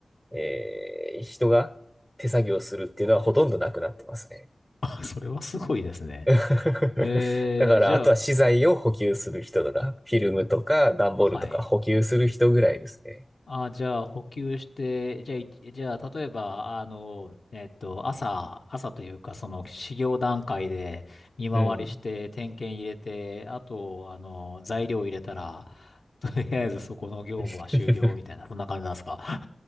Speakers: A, in the centre; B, on the left.
A: えー人が手作業するっていうのはほとんどなくなってますね。
B: <laughs> あ、それはすごいですね。
A: <laughs> だから、
B: えー、じゃあ、
A: あとは資材を補給する人とか、フィルムとか、段ボールとか補給する人ぐらいですね。
B: あはい。あ、じゃあ補給して、じゃあ、いじゃあ、例えば、あの、えっと、朝、朝というか、その、始業段階で見回りして、
A: うん。
B: 点検入れて、あと、あの、材料入れたら、とりあえずそこの業務は終了みたいな、
A: <laughs>
B: そんな感じなんですか